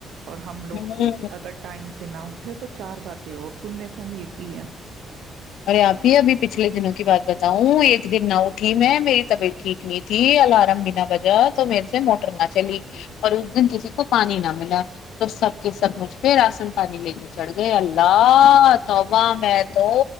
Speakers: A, on the right (about 80°); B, on the left (about 75°).
A: اور ہم لوگ
B: ہوں
A: تو اگر ٹائم سے نہ اٹھے تو چار باتیں اور سننے کو ملتی ہے
B: ارے آپ ہی ابھی پچھلے دنوں کی بات بتاؤں ایک د نا اٹھی م ہے مری تو بیٹی ٹھیک نہیں تھی اللہ مگنا وجہ تو میرے سے موٹر نہ چلی اور اس دن کسی کو پانی نہ ملا تو سب کے سب مجھ پہ راشن پانی لے کے چڑھ گئے اللہ اہ میں تو